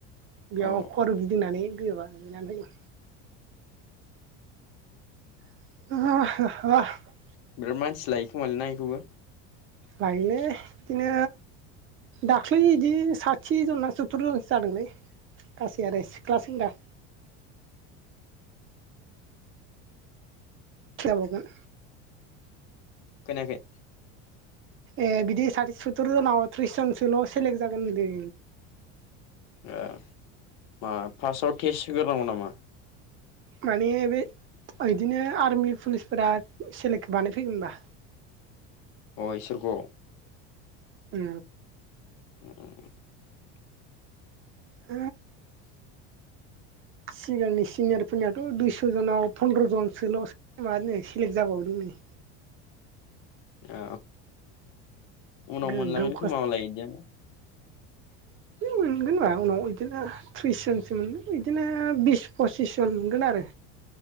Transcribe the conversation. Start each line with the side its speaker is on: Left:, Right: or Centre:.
Right: बेयाव
Left: अ
Right: खर' गिदिंनानै गोबा बिनानै होदों <inaudible>
Left: बिराद मानसि लायो खोमालाय ना बेखौबो
Right: लाायले बिदिनो दाख्लै बिदि साथि जन स्तुर जनसो जादोंलै गासै आरो सिख्ला-सेंग्रा जाबगोन
Left: खोनायाखै
Right: ए बिदि साथि सथरजनसोआव थ्रिसजनसोआ सेलेग जागोन होनदों
Left: ए मा फार्स्टआव टेस्ट होग्रोनांगौ नामा?
Right: मानि बे बिदिनो आर्मि पुलिसफोरा सेलेक्ट बानायफैगोन हबा
Left: अ इसोरखौ
Right: उ
Left: ए
Right: <inaudible> सिगांनि सिनिअर फोरनाथ' दुयसजनाव पनद्रजनसोल मानो सेलेग जाबावदोंनो बनि
Left: औ उनाव
Right: गोगोम
Left: मोनलांगोन
Right: खस्थ'
Left: खोया बिदिया
Right: मोनगोन मा उनाव बिदिनो थ्रिस जनसो मोनगोन बिदिनो बिस फसिस जन मोनगोन आरो